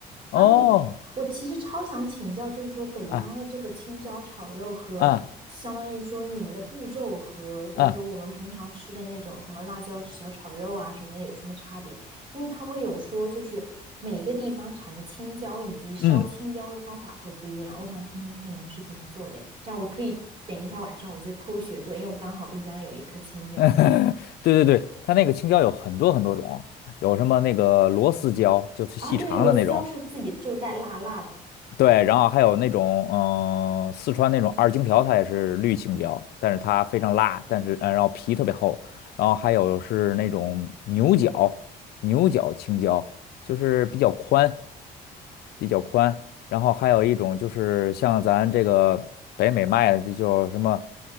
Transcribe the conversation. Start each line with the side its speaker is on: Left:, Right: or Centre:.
Right: 啊，
Left: 哦
Right: 你，我其实超想请教，就是说北方的这个青椒炒肉和相当于说你们的步骤和就是说我们平常吃的那种什么辣椒小炒肉啊什么的有什么差别？
Left: 啊啊啊
Right: 因为他们有说就是每一个地方产的青椒以及烧青椒的方法会不一样，
Left: 嗯，
Right: 我想听听看你们是怎么做的诶这样我可以等一下晚上我就偷学做，因为我刚好冰箱里有一颗青椒
Left: <laughs> 对对对，它那个青椒有很多很多种，有什么那个螺丝椒，就是细长的那种，
Right: 啊，对对，螺丝椒是自己就带辣辣的。
Left: 对，然后还有那种，嗯、四川那种二荆条，它也是绿青椒，但是它非常辣，但是，嗯、然后皮特别厚。然后还有是那种牛角，牛角青椒，就是比较宽，比较宽。然后还有一种就是像咱这个北美卖的，就叫什么